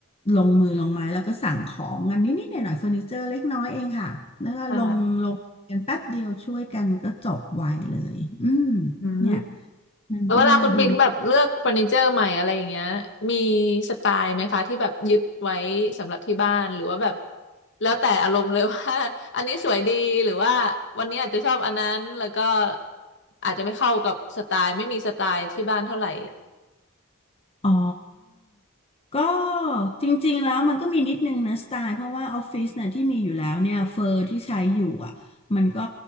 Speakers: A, on the left; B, on the left.
A: ลงมือลงไม้แล้วก็สั่งของกันนิดๆหน่อยๆเฟอร์นิเจอร์เล็กน้อยเองค่ะแล้วก็ลงลงกันแป๊บเดียวช่วยกันก็จบไวเลยอืม
B: ค่ะ อืม
A: เนี่ยมันก็ดู
B: แล้วเวลาคุณปิงแบบเลือกเฟอร์นิเจอร์ใหม่อะไรอย่างเงี้ยมีสไตล์ไหมคะที่แบบยึดไว้สำหรับที่บ้านหรือว่าแบบแล้วแต่อารมณ์เลยว่า <laughs> อันนี้สวยดีหรือว่าวันนี้อาจจะชอบอันนั้นแล้วก็อาจจะไม่เข้ากับสไตล์ไม่มีสไตล์ที่บ้านเท่าไหร่
A: อ๋อก็จริงๆแล้วมันก็มีนิดนึงนะสไตล์เพราะว่าออฟฟิศเนี่ยที่มีอยู่แล้วเนี่ยเฟอร์ที่ใช้อยู่อ่ะมันก็